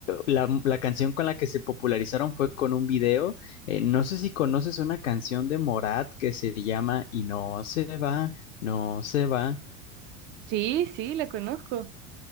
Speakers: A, on the left; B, on the right.
A: la, la canción con la que se popularizaron fue con un video. Eh, no sé si conoces una canción de Morat que se llama Y no se va, no se va.
B: Sí, sí, la conozco.